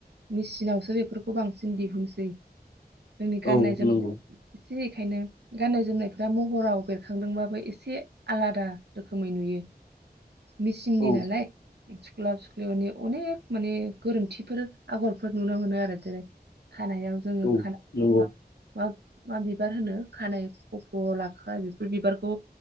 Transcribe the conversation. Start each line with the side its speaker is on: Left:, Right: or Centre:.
Right: मेसिनावसो बेफोरखौ बांसिन दिहुनसै । जोंनि गाननाय
Left: औ
Right: जोमनाय
Left: नंगौ
Right: <inaudible> इसे ओंखायनो गाननाय जोमनायफ्रा महराव बेरखांदोंबाबो एसे आलादा रोखोमै नुयो । मिसिंनि
Left: औ
Right: नालाय सुख्लाब सुख्लि माने अनेक माने गोरोन्थिफोर आगरफोर नुनो मोनो आरो जेरै खानायाव जोंङो
Left: औ
Right: खानाय
Left: नंगौ
Right: खफा माब मा बिबार होनो खानाय खफ लाख्रा बेफोर बिबारखौ